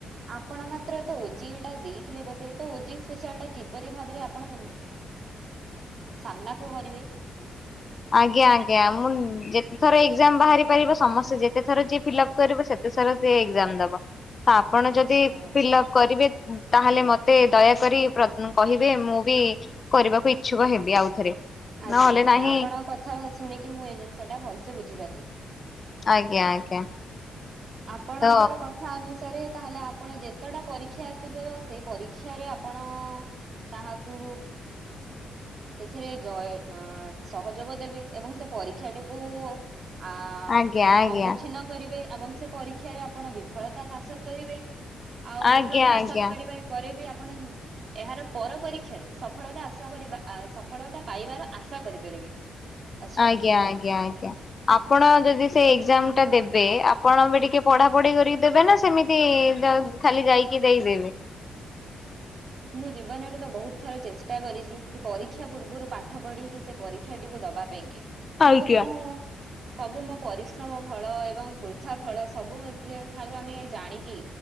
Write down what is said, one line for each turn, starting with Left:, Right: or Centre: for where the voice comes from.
Right: ଆପଣ ମାତ୍ର ତ ଓଜେଇଟା ଦେଇଥିଲେ ବୋ ଧେ ତ ଓଜେଇ ସ୍ପେଶିଆଲ ଟା କିପରି ଭାବରେ ଆପଣ ସାମ୍ନାକୁ ଭରିବେ?
Left: ଆଜ୍ଞା ଆଜ୍ଞା। ମୁଁ ଯେତେ ଥର ଏକ୍ଜାମ ବାହାରି ପାରିବ ସମସ୍ତେ ଯେତେ ଥର ଯିଏ ଫିଲ୍ଅପ୍ କରିବ ସେତେ ସାରା ସିଏ ଏକ୍ଜାମ ଦବ। ତ ଆପଣ
Right: ଆଚ୍ଛା
Left: ଯଦି
Right: ଆଚ୍ଛା
Left: ଫିଲଅପ କରିବେ ତାହେଲେ ମତେ ଦୟାକରି ପ୍ର କହିବେ ମୁଁ ବି କରିବାକୁ ଇଚ୍ଛୁକ ହେବି ଆଉଥରେ।
Right: ଆଜ୍ଞା
Left: ନହେଲେ
Right: ଆଜ୍ଞା।
Left: ନାହିଁ
Right: ଆପଣଙ୍କ କଥା ଶୁଣିକି ମୁଁ ଏଇ ଜିନିଷ ଟା ଭଲସେ ବୁଝିପାରିଲି।
Left: ଆଜ୍ଞା ଆଜ୍ଞା
Right: ଆପଣଙ୍କର
Left: ତ
Right: କଥା ଅନୁସାରେ ତାହେଲେ ଆପଣ ଯେତେଟା ପରୀକ୍ଷା ଆସିବ, ସେଇ ପରୀକ୍ଷାରେ ଆପଣ ତାହାକୁ ସେଥିରେ ଜୟ ଉମ୍ ସହଯୋଗ ଦେବେ ଏବଂ ସେ ପରୀକ୍ଷାଟିକୁ ଆ
Left: ଆଜ୍ଞା ଆଜ୍ଞା
Right: ସମ୍ମୁଖୀନ କରିବେ ଏବଂ ସେ ପରୀକ୍ଷାରେ ଆପଣ ବି ବିଫଳତା ହାସଲ କରିବେ। ଆଉ ବିଫଳତା
Left: ଆଜ୍ଞା ଆଜ୍ଞା
Right: ହାସଲ କରିବା ପରେ ବି ଆପ ଆପଣ ଏହାର ପର ପରୀକ୍ଷାରେ ସଫଳତା ଆଶା କରିବା ସଫଳତା ପାଇବାର ଆଶା କରିପାରିବେ। <unintelligible>
Left: ଆଜ୍ଞା
Right: ହଉ।
Left: ଆଜ୍ଞା ଆଜ୍ଞା। ଆପଣ ଯଦି ସେ ଏକ୍ଜାମ ଟା ଦେବେ, ଆପଣ ବି ଟିକେ ପଢାପଢି କରିକି ଦେବେ ନା ସେମିତି ଖାଲି ଯାଇକି କି ଦେଇଦେବେ?
Right: ମୁଁ ଜୀବନରେ ତ ବହୁତ ଥର ଚେଷ୍ଟା କରିଛି, କି ପରୀକ୍ଷା ପୂର୍ବରୁ ପାଠ ପଢିକି ସେ ପରୀକ୍ଷାଟିକୁ ଦ ଦବା ପାଇଁକି। କିନ୍ତୁ
Left: ଆଜ୍ଞା।
Right: ମୁଁ ସବୁ ମୋ ପରିଶ୍ରମ ଫଳ ଏବଂ ବୃଥା ଫଳ ସବୁ <unintelligible> ଠାରୁ ଆମେ ଜାଣିକି